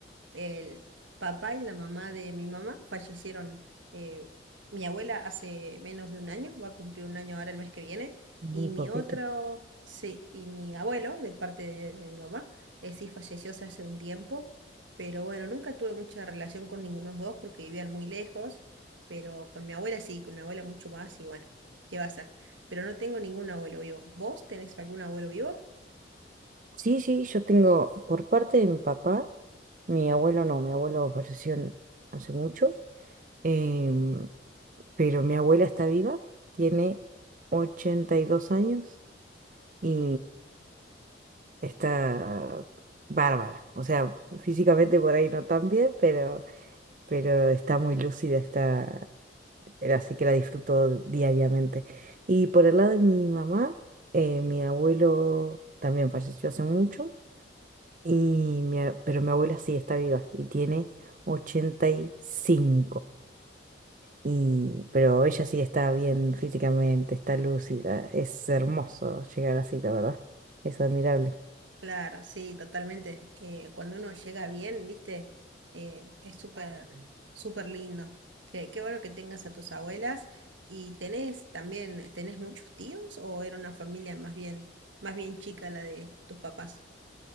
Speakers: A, on the right; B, on the right.
A: el papá y la mamá de mi mamá fallecieron. eh, mi abuela hace menos de un año, va a cumplir un año ahora el mes que viene,
B: muy
A: y mi
B: poquito.
A: otro, sí, y mi abuelo, de parte de, de mi mamá, eh, sí falleció hace un tiempo, pero bueno, nunca tuve mucha relación con ninguno de los dos porque vivían muy lejos, pero con mi abuela sí, con mi abuela mucho más, y bueno, ¿qué va a ser? Pero no tengo ningún abuelo vivo. ¿Vos tenés algún abuelo vivo?
B: Sí, sí, yo tengo por parte de mi papá, mi abuelo no, mi abuelo falleció en- hace mucho, em, pero mi abuela está viva, tiene 82 años y está bárbara. O sea, físicamente por ahí no tan bien, pero, pero está muy lúcida, está, así que la disfruto diariamente. Y por el lado de mi mamá, eh, mi abuelo también falleció hace mucho Y mi a- pero mi abuela sí está viva y tiene 85. Y, cinco. Y, pero ella sí está bien físicamente, está lúcida. Es hermoso llegar así, la verdad. Es admirable.
A: Claro, sí, totalmente. Eh, cuando uno llega bien, viste, Eh, es súper, súper lindo. Qué, qué bueno que tengas a tus abuelas. ¿Y tenés también, tenés muchos tíos o era una familia más bien, más bien chica la de tus papás?